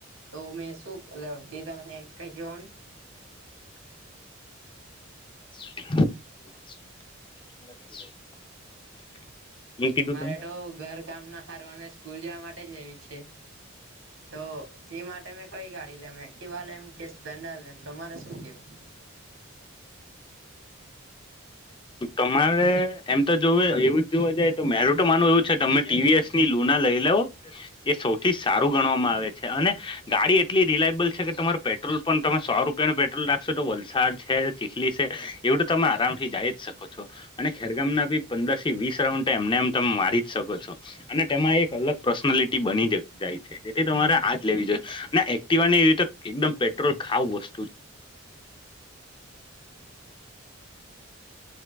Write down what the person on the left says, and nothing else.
<inaudible>
તમે
તમારે એમ તો જોવું એવું જ જોવા જાય તો મેર તો માનું એવું છે, તમે ટીવીએસ ની લુના લઈ લવ એ સૌથી થી સારું ગણવામાં આવે છે અને ગાડી એટલી રિલાયબલ છે કે તમારો પેટ્રોલ પણ તમે સો રૂપિયા ને પેટ્રોલ રાખશો તો વલસાડ છે ચીખલી છે એવું તો તમે આરામ થી જાય શકો છો અને ખેરગામ ના બી પંદર થી વીસ રાઉન્ડ એમને એમ તમે મારી જ શકો છો અને તેમાં એક અલગ પર્સનાલિટી બની જ જાય છે જેથી તમારે આજ લેવી જોઈએ અને એક્ટિવા ની એવી એકદમ પેટ્રોલ ખાવ વસ્તુ છે